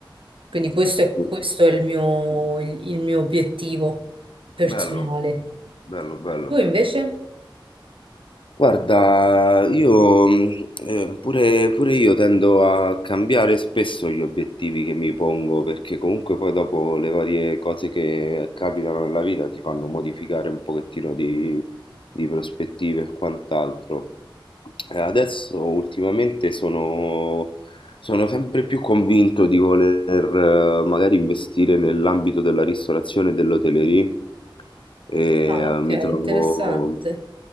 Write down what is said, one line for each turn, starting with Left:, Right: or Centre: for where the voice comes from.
Right: Quindi questo
Left: sì,
Right: è,
Left: sì.
Right: questo è il mio, il, il mio obiettivo personale.
Left: Bello, bello, bello.
Right: Tu invece?
Left: Guarda, io mh, eh, pure, pure io tendo a cambiare spesso gli obiettivi che mi pongo, perché comunque poi dopo le varie cose che capitano nella vita ti fanno modificare un pochettino di, di prospettive e quant'altro. Eh, Adesso ultimamente sono, sono sempre più convinto di voler eh, magari investire nell'ambito della ristorazione e dell'hotellerie e
Right: Ah,
Left: eh,
Right: ok,
Left: mi trovo...
Right: interessante.